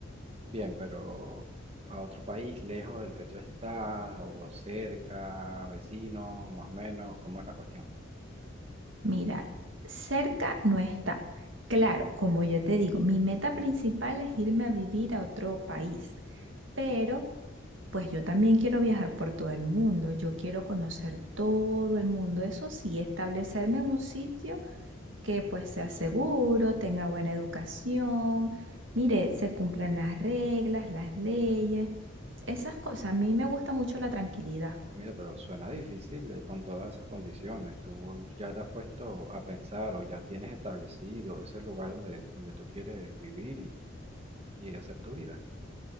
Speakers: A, on the right (about 30°); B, on the right (about 70°).
A: Bien, pero a otro país lejos del que tú estás o cerca, vecino, más o menos, ¿cómo es la cuestión?
B: Mira, cerca no está. Claro, como yo te digo, mi meta principal es irme a vivir a otro país, pero pues yo también quiero viajar por todo el mundo, yo quiero conocer todo el mundo, eso sí, establecerme en un sitio que pues sea seguro, tenga buena educación, mire, se cumplan las reglas, las leyes, esas cosas. A mí me gusta mucho la tranquilidad.
A: Mira, pero suena difícil, eh, con todas esas condiciones. ¿Tú ya te has puesto a pensar o ya tienes establecido ese lugar donde, donde tú quieres vivir y, y hacer tu vida?